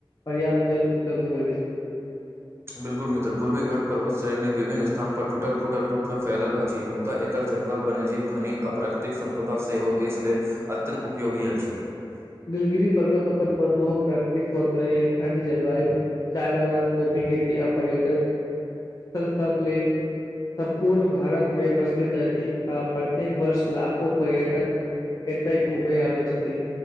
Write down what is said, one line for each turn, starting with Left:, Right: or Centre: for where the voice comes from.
Left: पर्याप्त जल उपलब्ध होइत अछि।
Right: बिल्कुल मित्र पूर्वी घटपर्वत श्रेणी विभिन्न स्थान पर टल फूटल रूप मे फैल अछि मुद्दा एक एकर जंगल वन्यजीव खनिज आ प्राकृतिक संपदा सेहो देश लेल अत्यन्त उपयोगी अछि।
Left: नीलगिरी पर्वत अपन मनमोहक प्राकृतिक सौन्दर्य ठण्ड जलवायु चायबगान कॉफी खेती आ पर्यटक स्थल सब लेल सम्पूर्ण भारत मे प्रसिद्ध अछि आ प्रत्येक वर्ष लाखो पर्यटक एते घूमै आबै छथि।